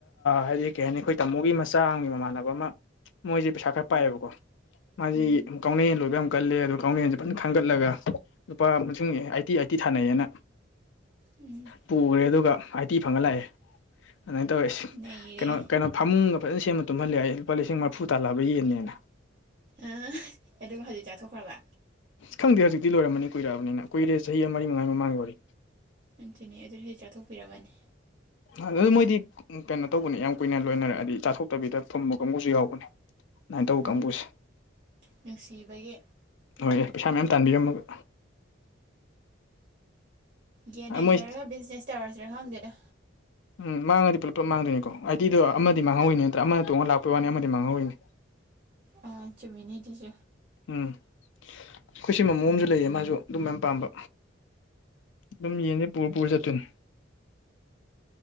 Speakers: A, on the left (about 70°); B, on the right (about 40°).
A: ꯍꯥꯏꯗꯤ ꯀꯩ ꯍꯥꯏꯅꯤ ꯑꯩꯈꯣꯏ ꯇꯥꯃꯣꯒꯤ ꯃꯆꯥꯒꯤ ꯃꯃꯥꯟꯅꯕ ꯑꯃ ꯃꯣꯏꯁꯦ ꯄꯩꯁꯥ ꯈꯔ
B: ꯎꯝ
A: ꯄꯥꯏꯑꯌꯦꯕꯀꯣ ꯃꯥ
B: ꯎꯝ
A: ꯀꯥꯎꯅ ꯌꯦꯂꯣꯏ ꯌꯥꯝ ꯀꯜꯂꯦ ꯑꯗꯣ ꯀꯅꯦꯟꯁꯦ ꯐꯖꯅ ꯈꯥꯡꯒꯠꯂꯒ ꯂꯨꯄꯥ ꯑꯃꯁꯨꯡ ꯑꯥꯏꯠꯇꯤ ꯑꯥꯏꯠꯇꯤ ꯊꯥꯅꯩꯌꯦꯅ
B: ꯎꯝ
A: ꯄꯨꯈ꯭ꯔꯦ ꯑꯗꯨꯒ ꯑꯥꯏ ꯇꯤ ꯐꯪꯉ ꯂꯥꯛꯑꯦ ꯑꯗꯨꯃꯥꯏꯅ ꯇꯧꯋꯦ
B: ꯅꯩꯔꯦ
A: ꯀꯩꯅꯣ ꯀꯩꯅꯣ ꯐꯃꯨꯡꯒ ꯐꯖꯅ ꯁꯦꯝꯃ ꯇꯨꯝꯍꯜꯂꯦ ꯑꯩ ꯂꯨꯄꯥ ꯂꯤꯁꯤꯡ ꯃꯔꯐꯨ ꯇꯥꯜꯂꯑꯕ ꯌꯦꯟꯟꯅꯦꯅ
B: ꯑ ꯑꯗꯨꯒ ꯍꯧꯖꯤꯛ ꯆꯥꯊꯣꯛꯈ꯭ꯔꯕ
A: ꯈꯪꯗꯦ ꯍꯧꯖꯤꯛꯇꯤ ꯂꯣꯏꯔꯝꯃꯅꯤ ꯀꯨꯏꯔꯛꯑꯕꯅꯤꯅ ꯀꯨꯏꯔꯦ ꯆꯍꯤ ꯃꯔꯤ ꯃꯉꯥꯒꯤ ꯃꯃꯥꯡꯒꯤ ꯋꯥꯔꯤ
B: ꯑꯗꯨꯅꯦ ꯑꯗꯨ ꯍꯧꯖꯤꯛ ꯆꯥꯊꯣꯛꯄꯤꯔꯝꯃꯅꯤ
A: ꯑꯗꯨ ꯃꯣꯏꯗꯤ ꯀꯩꯅꯣ ꯇꯧꯕꯅꯦ ꯌꯥꯝ ꯀꯨꯏꯅ ꯂꯣꯏꯅꯔ ꯑꯗꯤ ꯆꯥꯊꯣꯛꯇꯕꯤꯗ ꯐꯝꯕ ꯀꯥꯡꯕꯨꯁꯨ ꯌꯥꯎꯕꯅꯦ ꯑꯗꯨꯃꯥꯏꯅ ꯇꯧꯕ
B: ꯎꯝ
A: ꯀꯥꯡꯕꯨꯁꯦ
B: ꯅꯨꯡꯁꯤꯕꯒꯤ
A: ꯍꯣꯏ ꯄꯩꯁꯥ ꯃꯌꯥꯝ ꯇꯥꯟꯕꯤꯔꯝꯃꯒ
B: ꯒꯟ
A: ꯃꯣꯏ
B: ꯂꯣꯏꯔꯒ ꯕꯤꯖꯤꯅꯦꯁ ꯇꯧꯔꯁꯤꯔ ꯈꯪꯗꯦꯅ
A: ꯎꯝ ꯃꯥꯡꯉꯗꯤ ꯄꯨꯂꯞ ꯄꯨꯂꯞ ꯃꯥꯡꯗꯣꯏꯅꯤꯀꯣ ꯍꯤꯗꯣ ꯑꯃꯗꯤ ꯃꯥꯡꯍꯧꯋꯤꯅꯦ ꯅꯠꯇ꯭ꯔ ꯑꯃꯅ ꯇꯣꯡꯉ ꯂꯥꯛꯄ ꯋꯥꯅꯤ ꯑꯃꯗꯤ ꯃꯥꯡꯍꯧꯋꯤꯅꯤ
B: ꯑꯥ ꯆꯨꯝꯃꯤꯅꯦ ꯑꯗꯨꯁꯨ
A: ꯎꯝ ꯑꯩꯈꯣꯏ ꯁꯤ ꯃꯃꯣ ꯑꯃꯁꯨ ꯂꯩꯌꯦ ꯃꯥꯁꯨ ꯑꯗꯨꯝ ꯃꯌꯥꯝ ꯄꯥꯝꯕ ꯑꯗꯨꯝ ꯌꯦꯡꯅꯤ ꯄꯨꯔ ꯄꯨꯔ ꯆꯠꯇꯣꯏꯅꯤ